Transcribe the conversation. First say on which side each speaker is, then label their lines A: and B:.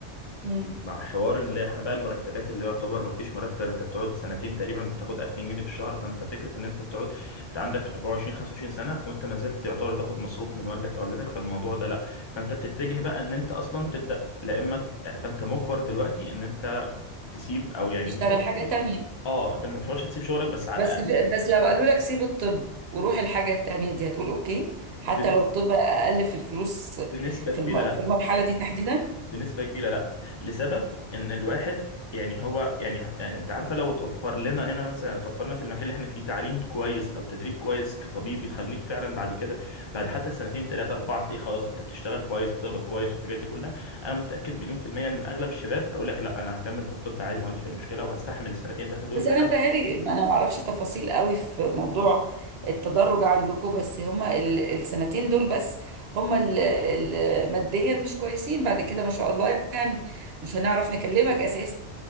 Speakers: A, on the right; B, on the left.
A: مم.
B: مع حوار اللي احنا بقى المرتبات اللي يعتبر ما فيش مرتب انت بتقعد سنتين تقريبا بتاخد 2000 جنيه في الشهر فانت فكره ان انت بتقعد انت عندك 24 25 سنه وانت ما زلت يعتبر تاخد مصروف من والدك او والدتك فالموضوع ده لا فانت بتتجه بقى ان انت اصلا تبدا لا اما ت- فانت مجبر دلوقتي ان انت تسيب او يعني
A: تشتغل
B: مش هقول
A: حاجة
B: مش-
A: تانية
B: اه انت مش هقولش تسيب شغلك بس على
A: بس
B: الاقل
A: في بس لو قالوا لك سيب الطب وروح الحاجة التانية دي هتقول اوكي حتى
B: بن-
A: لو الطب اقل في الفلوس
B: بنسبه
A: في
B: كبيره
A: الم...
B: لا
A: في المرحلة دي تحديدا
B: بنسبة كبيرة لا لسبب ان الواحد يعني هو يعني يعني انت عارفة لو اتوفر لنا هنا مثلا اتوفر لنا في المكان اللي احنا فيه تعليم كويس او تدريب كويس كطبيب يخليك فعلا بعد كده بعد حتى سنتين ثلاثة أربعة تلاقيه خلاص انت بتشتغل كويس بتقبض كويس والحاجات دي كلها انا متأكد مليون في المية ان اغلب الشباب هيقول لك لا انا هكمل في الطب عادي ما عنديش اي مشكلة وهستحمل السنتين ثلاثة دول
A: بس
B: لحد
A: انا متهيألي انا ما اعرفش تفاصيل قوي في موضوع التدرج عندكم بس هما ال... السنتين دول بس هما ال... ال... ماديا مش كويسين بعد كده ما شاء الله يعني مش هنعرف نكلمك اساسا